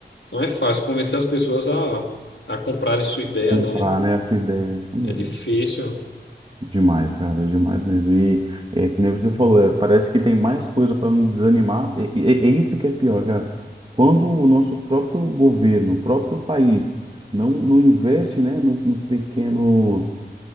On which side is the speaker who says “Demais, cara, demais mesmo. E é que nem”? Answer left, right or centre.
Right